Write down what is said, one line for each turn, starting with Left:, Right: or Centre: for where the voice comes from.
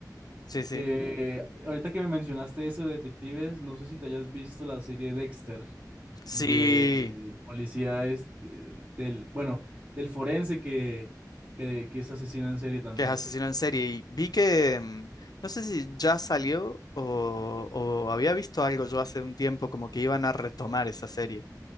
Left: sí, sí.
Right: Eh, ahorita que me mencionaste eso de detectives, no sé si te hayas visto la serie Dexter
Left: Sí.
Right: de policía es del, del- bueno, del forense que, que, que es asesino en serie también.
Left: que es asesino en serie. Y vi que, mm, no sé si ya salió o, o había visto algo yo hace un tiempo como que iban a retomar esa serie.